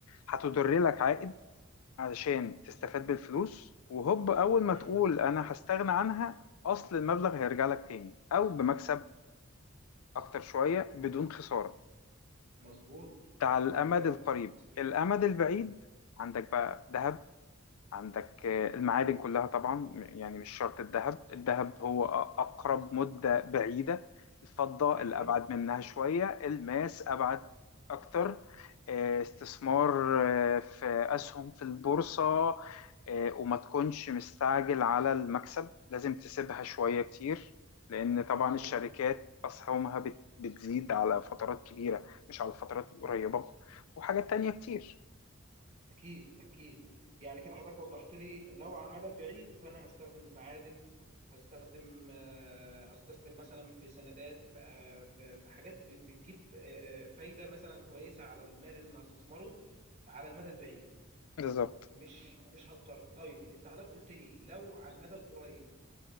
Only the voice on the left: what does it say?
هتدر لك عائد علشان تستفاد بالفلوس وهوب اول
ما تقول انا هستغنى عنها اصل المبلغ هيرجع لك تاني او بمكسب اكتر شوية بدون خسارة
ده
على الامد
القريب
الامد البعيد عندك بقى ذهب عندك آه، المعادن كلها طبعا يعني مش شرط الذهب الذهب هو أ- أقرب مدة بعيدة الفضة
اللي أبعد منها شوية الماس أبعد أكتر آه، استثمار آه، في أسهم في البورصة آه، وما تكونش مستعجل على المكسب لازم تسيبها شوية كتير لأن طبعا
الشركات أسهمها بت- بتزيد على فترات كبيرة مش على فترات قريبة وحاجات تانية كتير
بالظبط